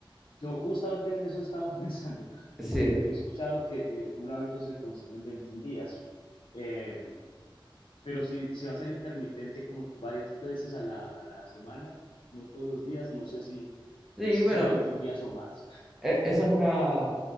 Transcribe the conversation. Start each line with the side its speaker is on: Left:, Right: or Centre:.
Left: yo justamente en eso estaba <laughs> pensando,
Centre: Sí.
Left: porque yo he escuchado que eh, un hábito se construye en 21 días, eh, pero si se va a ser intermitente como varias veces a la, a la semana, no todos los días, no sé si
Centre: Sí,
Left: si
Centre: bueno,
Left: sea 21 días o más.
Centre: e- eso es una,